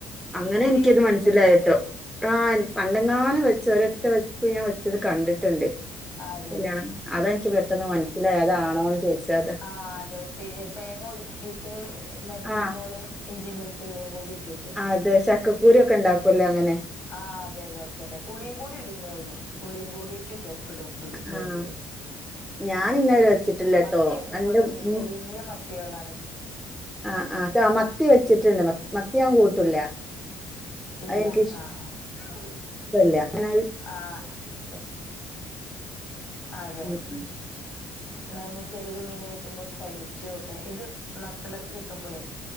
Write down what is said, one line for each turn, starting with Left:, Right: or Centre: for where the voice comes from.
Centre: അങ്ങനെ
Left: പുളിയൊക്കെ
Centre: എനിക്കിത്
Left: ഇട്ടിട്ട്
Centre: മനസ്സിലായിട്ടോ
Left: തന്നെയല്ലേ
Centre: ആഹ പണ്ടെങ്ങാലെ വെച്ചരൊറ്റ വെപ്പ് ഞാൻ വെച്ചത് കണ്ടിട്ടുണ്ട്
Left: അതെ
Centre: കല്യാണം അതെനിക്ക് പെട്ടെന്ന് മനസ്സിലയി അതാണോന്ന് ചോദിച്ചത്
Left: ആ അതെ പിന്നെ തേങ്ങതുക്കിയിട്ട് മറ്റേ സബോളയും.
Centre: ആഹ്
Left: ഇഞ്ചിയും വെളത്തുള്ളിയും കൂടി ഇട്ടിട്ട്.
Centre: അതെ ചക്കക്കൂരു ഒക്കെ ഉണ്ടാക്കുല്ലോ അങ്ങനെ.
Left: ആ അതേപോലെ തന്നെ പുളിയും കൂടി ഇടുന്നേള്ളൂ പുളിയും കൂടിട്ടിടും. ഇടും ഇതില് മീന്ല്.
Centre: ആഹ് ഞാൻ ഇന്നേവരെ വെച്ചിട്ടില്ലട്ടോ
Left: മത്തി അതേപോലെ
Centre: എന്റെ
Left: വെക്കട്ട
Centre: ഉം
Left: ചെറീയ മത്തികളാണെങ്കി.
Centre: ആഹ് ആഹ് ച മ. മത്തി വെച്ചിട്ടുണ്ട് മത്തി ഞാൻ കൂട്ടുല്ല
Left: ഇല്ല
Centre: അത എനിക്ക്.
Left: <unintelligible>
Centre: <unintelligible> അങ്ങനേയാൻ.
Left: ആഹ് അതെ.
Centre: ഉം ഉം
Left: ല്ലായെങ്കി ചെറീ മീൻ കിട്ടുമ്പോ അത് കഴിച്ചോക്ക് ഇത് നത്ത ലൊക്കെ കിട്ടുമ്പോളേ.